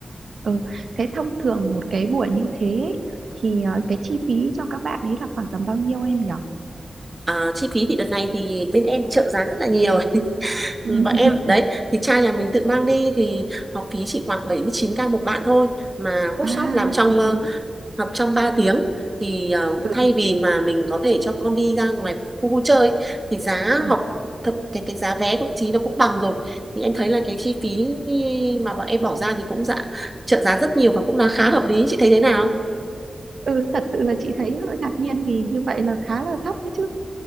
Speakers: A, on the right; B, on the right.
A: ừ. thế thông thường một cái buổi như thế thì ờ, cái chi phí cho các bạn ấy là khoảng tầm bao nhiêu em nhỉ
B: À, chi phí thì đợt này thì bên em trợ giá rất là nhiều <laughs>
A: ừ.
B: bọn em
A: <laughs>
B: đấy thì trai nhà mình tự mang đi thì học phí chỉ khoảng bảy mươi chín k một bạn thôi mà workshop
A: à
B: làm trong
A: hợp
B: ờ,
A: lý
B: học trong ba tiếng thì ờ,
A: ừ,
B: thay vì mà mình có thể cho con đi ra ngoài khu vui chơi ấy, thì giá
A: ừ.
B: học thậm- cái cái giá vé thậm chí nó cũng bằng rồi thì em thấy là cái chi phí mà bọn em bỏ ra thì cũng dạ trợ giá rất nhiều và cũng là khá hợp lý chị thấy thế nào
A: ừ thật sự là chị thấy hơi ngạc nhiên vì như vậy là khá là thấp đấy chứ